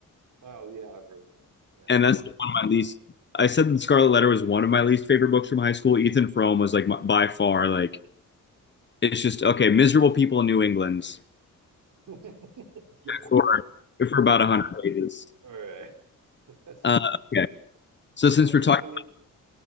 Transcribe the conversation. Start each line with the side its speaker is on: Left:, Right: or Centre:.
Right: Oh yeah, I've read that. Yeah,
Left: and
Right: yeah,
Left: that's one of my least. I said the Scarlet Letter was one of my least favorite books from high school. Ethan Frome was like my, by far like it's just okay. Miserable people in New England
Right: yeah. <laughs> Yeah.
Left: for for about
Right: <laughs>
Left: a hundred pages.
Right: All right. <laughs> That's
Left: Uh,
Right: funny.
Left: okay, so
Right: Number
Left: since we're talking
Right: 20.